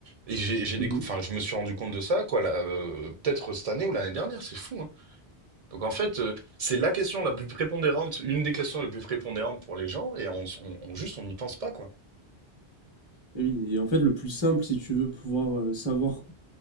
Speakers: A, on the right; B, on the left.
A: Et j'ai, j'ai
B: Mhm.
A: décou- enfin, je me suis rendu compte de ça, quoi, là, euh, peut-être cette année ou l'année dernière, c'est fou, hein. Donc en fait, euh, c'est la question la plus prépondérante, une des questions les plus prépondérantes pour les gens, et on, on- on- juste on n'y pense pas, quoi.
B: Et oui, et en fait, le plus simple, si tu veux pouvoir euh, savoir